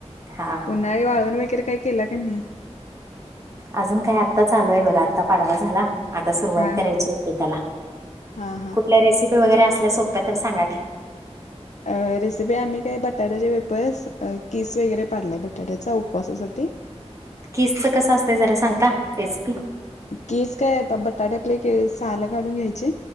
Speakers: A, on the right; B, on the left.
A: हा हा
B: उन्हाळी वाळवन वै गरे काय केला का नाही?
A: अजून काय आत्ता चालू आहे बघा आता पाडवा झाला. आता सुरुवात
B: हा
A: करायची एकेकाला,
B: हा हा
A: कुठल्या रेसिपी वगैरे असल्या सोप्या तर सांगा की?
B: अ रेसिपी आम्ही काय बटाट्याचे वेफर्स किस वगैरे पाडलाय बटाट्याचा उप उपासासाठी.
A: किस च कस असतंय जरा सांगता रेसिपी?
B: किस काय बटाटे आपले सालं काढून घ्यायची.